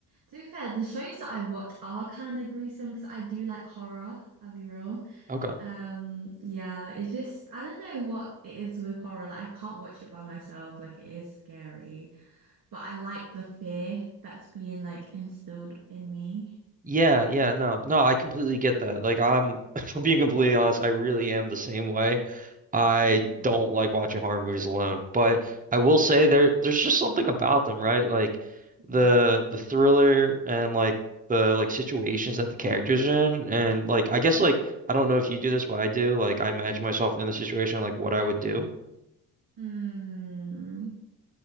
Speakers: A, on the right; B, on the right.
A: to be fair, the shows that I watch are kind of gruesome because I do like horror, I'll be real.
B: Okay.
A: Um yeah, it's just I don't know what it is with horror. Like I can't watch it by myself, like it is scary. But I like the fear that's being like instilled in me.
B: Yeah, yeah,
A: Mm.
B: no. No, I completely get that. Like I'm <laughs> if I'm being completely honest, I really am the same way. I
A: I love that.
B: don't like watching horror movies alone, but I will say there there's just something about them, right? Like
A: Yeah.
B: the the thriller and like the like situations that the characters are in and like I guess like I don't know if you do this, but I do. Like I imagine myself in the situation, like what I would do.
A: Mm,